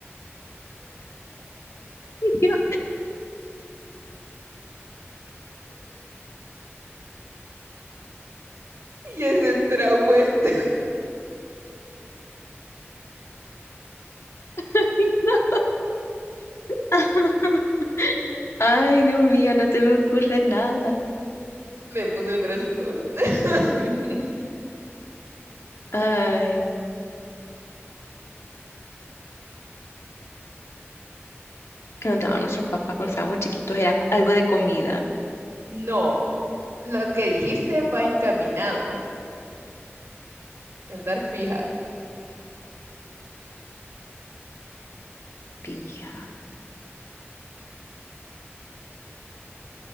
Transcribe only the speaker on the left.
yo,
ay, no. <laughs> Ay, Dios mío, no se me ocurre nada.
Ay, que nos daban nuestros papás cuando estábamos chiquitos era co- algo de comida.
Pija.